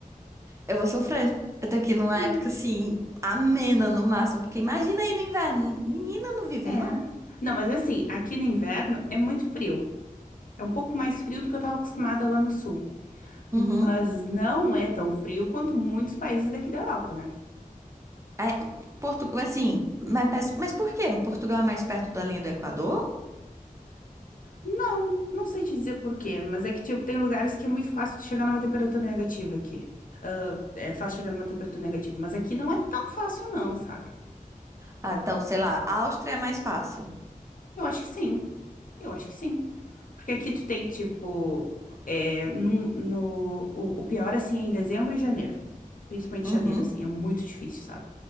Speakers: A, on the right (about 20°); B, on the left (about 65°).
A: eu vou sofrer. Eu tenho que ir numa
B: Ih,
A: época assim, amena no máximo, porque imagina aí no inverno. Menina, eu não vivo,
B: É.
A: não.
B: Não, mas assim, aqui no inverno é muito frio. É um pouco mais frio do que eu tava acostumada lá no sul. Mas
A: Uhum.
B: não é tão frio quanto muitos países daqui da Europa, né?
A: É, Portugal, assim, mas, mas mas por quê? Portugal é mais perto da linha do Equador?
B: Não, não sei te dizer por quê, mas é que, tipo, tem lugares que é muito fácil tu chegar numa temperatura negativa aqui. Ah, é fácil chegar numa temperatura negativa, mas aqui não é tão fácil, não, sabe?
A: Ah, então, sei lá, a Áustria é mais fácil.
B: Eu acho que sim. Eu acho que sim. Porque aqui tu tem, tipo, é, no, no, o, o pior, assim, é em dezembro e janeiro. Principalmente
A: Uhum,
B: janeiro, assim, é muito difícil, sabe?